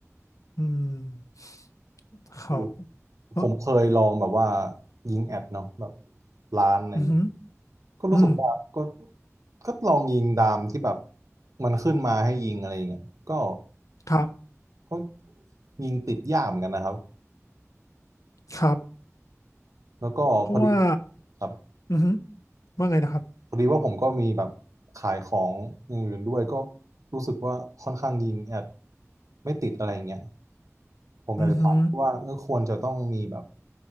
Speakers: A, on the left; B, on the right.
A: อืมครับ
B: ดู
A: เออ
B: ผมเคยลองแบบว่ายิงแอดเนาะแบบร้านอะไรอย่างเงี้ย
A: อืม
B: ก็รู้สึกว่าก็
A: อืม
B: ก็ลองยิงตามที่แบบมันขึ้นมาให้ยิงอะไรอย่างเงี้ยก็
A: ครับ
B: ก็ยิงติดยากเหมือนกันนะครับ
A: ครับ
B: แล้วก็พอดี
A: เพราะว่า
B: ครับ
A: อือฮึว่าไงนะครับ
B: พอดีว่าผมก็มีแบบขายของอย่างอื่นด้วยก็รู้สึกว่าค่อนข้างยิงแอดไม่ติดอะไรอย่างเงี้ยผมอยากจะถามว่าเออควรจะต้องมีแบบ
A: อือฮึ